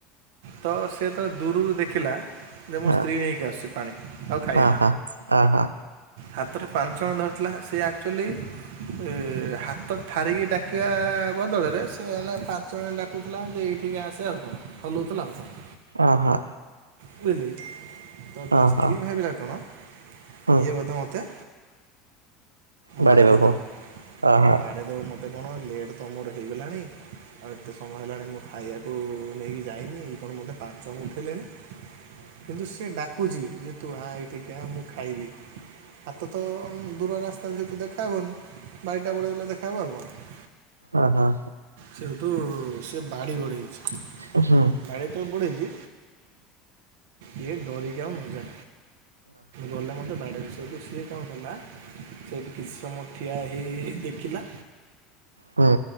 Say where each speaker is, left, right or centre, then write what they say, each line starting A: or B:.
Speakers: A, on the right (about 60°); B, on the right (about 80°).
A: ତ ସେ ଯେତେବେଳେ ଦୂରରୁ ଦେଖିଲା ଯେ ମୋ
B: ହଁ
A: ସ୍ତ୍ରୀ ନେଇକି ଆସୁଛି ପାଣି ଆଉ ଖାଇବା।
B: ଆହା ଆହା
A: ହାତରେ ପାଞ୍ଚଣ ଧରିଥିଲା ସିଏ ଆକଚୁଲି ଏ ହାତ ଠାରିକି ଡାକିବା ବଦଳରେ ସେ ମେ ପାଞ୍ଚଣରେ ଡା କହୁଥିଲା ଯେ ଏଇଠିକି ଆସେ ଆଉ କଣ ହଲଉଥିଲା ଆଉ କଣ?
B: ଅ ହଁ।
A: ବୁଝିଲି ତ ତା
B: ଆହା
A: ସ୍ତ୍ରୀ ଭାବିଲା କଣ
B: ହୁଁ
A: ଇଏ ବୋଧ ମୋତେ
B: ବାଡ଼େଇବାକୁ
A: ମାରିଦେବ
B: ଆହା
A: ବାଡ଼େଦବ ମୋତେ କଣ ଲେଟ୍ ତ ମୋର ହେଇଗଲାଣି ଆଉ ଏତେ ସମୟ ହେଲାଣି ମୁଁ ଖାଇବାକୁ ନେଇକି ଯାଇନି ଏ କଣ ମୋତେ ପାଞ୍ଚଣ ଉଠେଇଲେଣି କିନ୍ତୁ ସେ ଡାକୁଛି ଯେ ତୁ ଆ ଏଇଠିକି ଆ ମୁଁ ଖାଇବି। ହାତ ତ ଦୂର ରାସ୍ତାରେ ଯେହେତୁ ଦେଖାହବନି ବାଡ଼ିଟା ପଡ଼େଇଲେ ଦେଖାହବ ଆଉ କଣ।
B: ଅ ହଁ।
A: କିନ୍ତୁ ସେ ବାଡି ବଢେଇଛି।
B: ଉଁ ହୁଁ।
A: ବାଡ଼ି ତ ବଢ଼େଇଛି ଇଏ ଡରିକି ଆଉ ନଜା ଗଲେ ମତେ ବାଡିରେ ସେଇଠୁ ସିଏ କଣ କଲା କିଛି ସମୟ ଠିଆ ହେଇ ହେଇ ଦେଖିଲା
B: ହଁ।